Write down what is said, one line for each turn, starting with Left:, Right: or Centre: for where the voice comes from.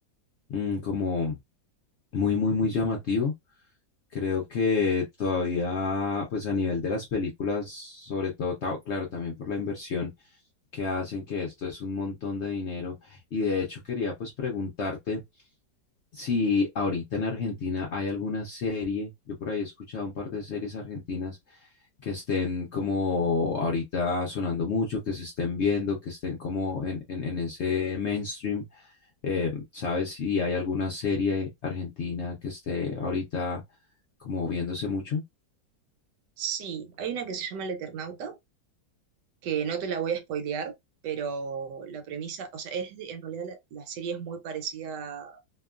Left: mm, como muy, muy, muy llamativo. Creo que todavía, pues a nivel de las películas, sobre todo, ta- claro, también por la inversión que hacen, que esto es un montón de dinero. Y de hecho quería pues preguntarte. si ahorita en Argentina hay alguna serie, yo por ahí he escuchado un par de series argentinas que estén como ahorita sonando mucho, que se estén viendo, que estén como en, en, en ese mainstream. eh, ¿sabes si hay alguna serie argentina que esté ahorita como viéndose mucho?
Right: Sí, hay una que se llama El Eternauta, que no te la voy a spoilear, pero la premisa, o sea, es de- en realidad la, la serie es muy parecida a